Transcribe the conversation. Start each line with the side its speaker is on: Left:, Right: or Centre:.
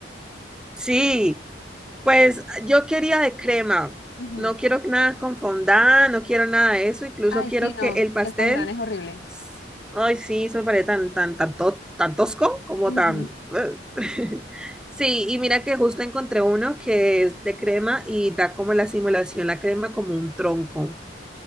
Centre: Sí, pues yo quería de crema.
Left: Ujú.
Centre: No quiero nada con fondant, no quiero nada de eso. Incluso
Left: Ay,
Centre: quiero
Left: sí,
Centre: que
Left: no,
Centre: el pastel,
Left: el fondant es horrible.
Centre: s- ay, sí, eso me parece tan, tan, tan, to- tan tosco como
Left: Ujú.
Centre: tan... <laughs> Sí, y mira que justo encontré uno que es de crema y da como la simulación, la crema como un tronco.